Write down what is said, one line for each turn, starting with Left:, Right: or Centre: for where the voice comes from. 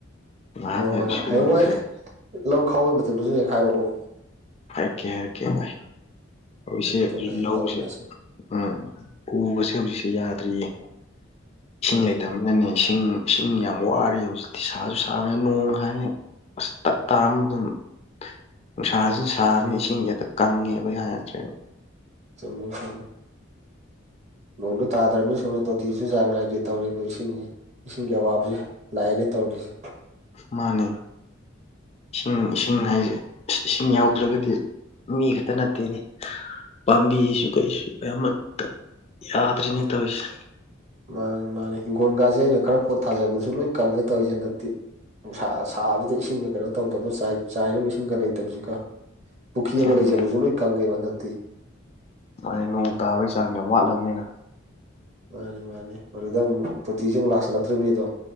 Left: ꯉꯥꯏꯍꯥꯛ
Right: ꯍꯣꯏ ꯍꯣꯏ
Left: ꯍꯦꯛ ꯁꯨꯔꯒꯗꯤ
Right: ꯍꯌꯦꯡꯋꯥꯏ ꯂꯧ ꯈꯥꯎꯕꯩ ꯃꯇꯝꯗꯁꯨ ꯍꯦꯛ ꯍꯥꯏꯔꯛꯑꯣ
Left: ꯍꯥꯏꯔꯛꯀꯦ ꯍꯥꯏꯔꯛꯀꯦ ꯚꯥꯏ ꯍꯧꯖꯤꯛꯁꯦ
Right: ꯎꯝ ꯄꯨꯟꯅ ꯍꯦꯛ
Left: ꯂꯧꯁꯦ
Right: ꯇꯧꯃꯤꯟꯅꯁꯤ
Left: ꯎꯝ ꯎꯕꯁꯦ ꯍꯧꯖꯤꯛꯁꯦ ꯌꯥꯗ꯭ꯔꯤꯌꯦ ꯏꯁꯤꯡ
Right: ꯎꯝ
Left: ꯂꯩꯇꯕ ꯑꯗꯨꯅꯦ ꯏꯁꯤꯡ ꯏꯁꯤꯡ ꯌꯥꯝ ꯋꯥꯔꯤ ꯍꯧꯖꯤꯛꯇꯤ ꯁꯥꯁꯨ ꯁꯥꯕꯅꯦ ꯅꯣꯡ ꯍꯥꯏꯔꯦ ꯑꯁ ꯇꯛꯇꯥꯔꯝꯃꯗꯨꯝ
Right: <inaudible>
Left: ꯅꯨꯡꯁꯥꯁꯤꯅ ꯁꯥꯔꯃꯤꯅ
Right: ꯃꯥꯅꯤ
Left: ꯏꯁꯤꯡꯁꯦ ꯍꯦꯛꯇ ꯀꯪꯉꯦꯕ ꯌꯥꯗꯔꯦ
Right: ꯆꯨꯃꯤ ꯆꯨꯨꯃꯤ ꯅꯣꯡꯗꯣ ꯇꯥꯗ꯭ꯔꯕꯅꯤ ꯁꯣꯝꯗ ꯇꯣꯇꯤꯁꯨ ꯆꯥꯡ ꯅꯥꯏꯗꯦ ꯇꯧꯔꯤꯕ ꯏꯁꯤꯡꯒꯤ ꯏꯁꯤꯡꯒꯤ ꯑꯋꯥꯕꯁꯦ ꯂꯥꯛꯑꯦꯅꯦ ꯇꯧꯔꯤꯁꯤ
Left: ꯃꯥꯅꯦ ꯏꯁꯤꯡ
Right: ꯎꯝ
Left: ꯏꯁꯤꯡ ꯍꯥꯏꯖꯦ ꯏꯁꯤꯡ ꯌꯥꯎꯗ꯭ꯔꯒꯗꯤ ꯃꯤ ꯈꯛꯇ ꯅꯠꯇꯦꯅꯦ ꯄꯥꯝꯕꯤꯁꯨ ꯀꯩꯁꯨ ꯑꯃꯠꯇ ꯌꯥꯗ꯭ꯔꯦꯅꯦ ꯇꯧꯔꯤꯁꯦ
Right: ꯃꯥꯅꯤ ꯃꯥꯅꯤ ꯍꯤꯡꯒꯣꯟꯒꯥꯁꯦ ꯑꯩꯅ ꯈꯔ ꯄꯣꯠ ꯊꯥꯖꯕꯗꯨꯁꯨ ꯂꯣꯏ ꯀꯪꯉꯦ ꯇꯧꯔꯤꯁꯦ ꯍꯟꯗꯛꯇꯤ ꯅꯨꯡꯁꯥ ꯁꯥꯕꯁꯤꯗ ꯏꯁꯤꯡꯒ ꯀꯩꯅꯣ ꯇꯧꯗꯕ ꯆꯥꯏ ꯆꯥꯏꯅꯕ ꯏꯁꯤꯡꯒ ꯂꯩꯇꯕꯁꯤꯒ ꯄꯨꯈꯤ ꯑꯃ
Left: ꯎꯝ
Right: ꯂꯩꯖꯕꯗꯨꯁꯨ ꯂꯣꯏ ꯀꯪꯉꯦꯕ ꯍꯟꯗꯛꯇꯤ
Left: ꯃꯥꯅꯦ ꯅꯣꯡ ꯇꯥꯕꯒꯤ ꯆꯥꯡ ꯌꯥꯝ ꯋꯥꯠꯂꯕꯅꯤꯅ
Right: ꯃꯥꯅꯤ ꯃꯥꯅꯤ ꯃꯗꯨꯗ ꯑꯃꯨꯛ ꯇꯣꯇꯤꯁꯨ ꯑꯃꯨꯛ ꯂꯥꯛꯁꯤꯜꯂꯛꯇ꯭ꯔꯤꯕꯅꯤꯗꯣ